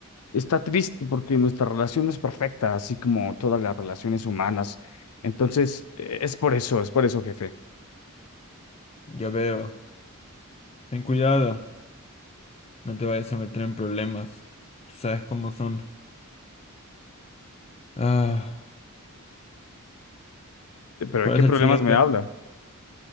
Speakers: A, on the left; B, on the left.
A: está triste porque nuestra relación no es perfecta, así como todas las relaciones humanas. Entonces, eh, es por eso, es por eso, jefe.
B: Ya veo. Ten cuidado, no te vayas a meter en problemas. Tú sabes cómo son. Ah,
A: Eh, Pero
B: ¿cuál
A: ¿de qué
B: es el
A: problemas
B: siguiente?
A: me habla?